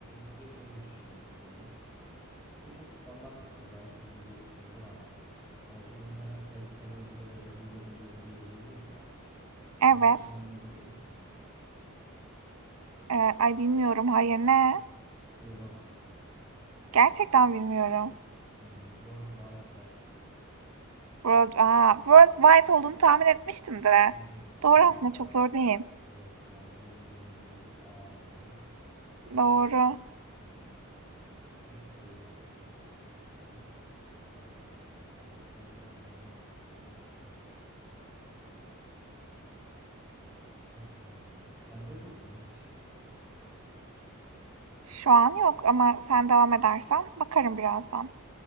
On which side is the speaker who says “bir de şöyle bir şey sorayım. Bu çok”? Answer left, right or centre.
Centre